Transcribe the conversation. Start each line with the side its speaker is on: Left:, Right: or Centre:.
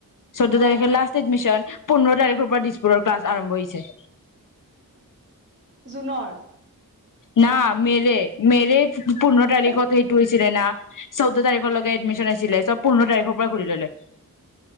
Left: চৌধ
Right: অ
Left: তাৰিখে লাষ্ট এডমিশন। পোন্ধৰ তাৰিখৰ পৰা দিছপুৰৰ ক্লাছ আৰম্ভ হৈছে।
Right: জুনৰ।
Left: না মেৰে মেৰে পোন্ধৰ তাৰিখত
Right: অ,
Left: সেইটো হৈছিলে না চৌধ্ তাৰিখলৈকে এডমিশন আছিলে চব পোন্ধৰ তাৰিখৰ পৰা খুলি ললে।